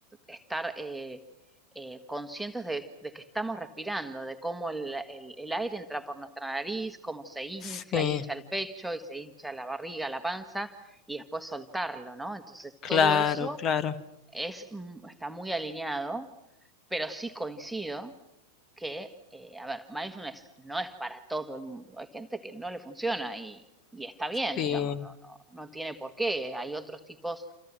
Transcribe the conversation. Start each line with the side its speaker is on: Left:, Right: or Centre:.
Centre: estar eh, eh, conscientes de, de que estamos respirando, de cómo el, el- el aire entra por nuestra nariz, cómo se infla,
Left: Sí,
Centre: hincha el pecho y se hincha la barriga, la panza, y después soltarlo, ¿no? Entonces,
Left: claro,
Centre: todo eso
Left: claro.
Centre: es, mm, está muy alineado, pero sí coincido que, eh, a ver, mindfulness no es para todo el mundo. Hay gente que no le funciona y, y está bien,
Left: Sí.
Centre: digamos, no, no, no tiene por qué. Hay otros tipos